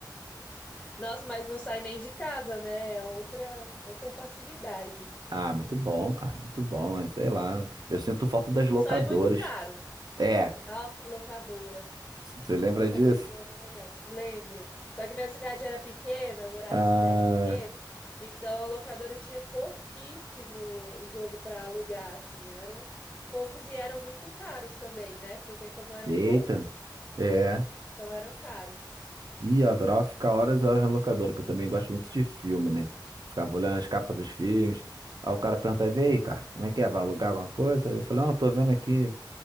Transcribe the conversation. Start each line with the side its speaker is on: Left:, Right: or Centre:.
Left: Nossa, mas não sai nem de casa, né? É outra outra facilidade.
Right: Ah, muito bom, cara, muito bom, mas sei lá. Eu sinto falta
Left: É.
Right: das locadoras.
Left: Só é muito caro.
Right: É,
Left: Nossa, locadora.
Right: você lembra
Left: Os locadores
Right: disso?
Left: eram legais. Lembro. Só que minha cidade era pequena, eu morava
Right: Ah,
Left: em cidade pequena, então a locadora tinha pouquíssimo jogo para alugar, assim, eram poucos e eram muito caros também, né? Porque como eram
Right: eita,
Left: poucos,
Right: é.
Left: então eram caros.
Right: Ih, eu adorava ficar horas e horas na locadora, que eu também gosto muito de filme, né? Ficava olhando as
Left: Uhum.
Right: capas dos filmes. Aí o cara perguntava, e aí, cara, como é que é? Vai alugar alguma coisa? Eu falei, não, eu tô vendo aqui.